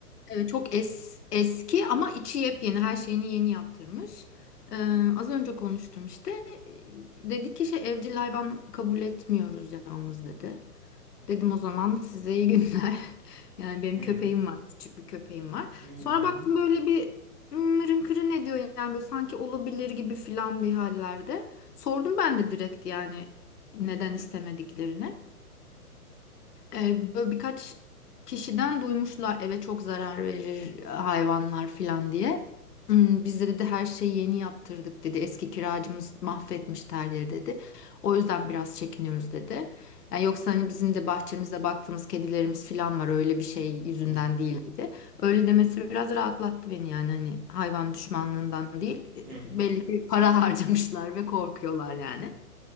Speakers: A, on the left; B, on the right.
A: eee, çok es, eski ama içi yepyeni. Her şeyini yeni yaptırmış. Eee, az önce konuştum işte. Eee, Dedi ki şey evcil hayvan kabul etmiyoruz yalnız dedi. Dedim o zaman size iyi günler. <laughs> Yani benim
B: Hı
A: köpeğim
B: hı.
A: var, küçük bir köpeğim var.
B: Hı
A: Sonra
B: hı.
A: baktım böyle bir mırın kırın ne diyor yani böyle sanki olabilir gibi filan bir hallerde. Sordum ben de direkt yani neden istemediklerini. E, böyle birkaç kişiden duymuşlar eve çok zarar verir e, hayvanlar falan diye. Hmm, Biz de dedi her şeyi yeni yaptırdık dedi. Eski kiracımız mahvetmiş her yeri dedi. O yüzden biraz çekiniyoruz dedi. Yani yoksa hani bizim de bahçemizde baktığımız kedilerimiz falan var öyle bir şey yüzünden
B: Hı hı.
A: değil dedi. Öyle demesi biraz rahatlattı beni yani hani hayvan düşmanlığından değil.
B: Hı hı.
A: Belli ki para <laughs> harcamışlar ve korkuyorlar yani.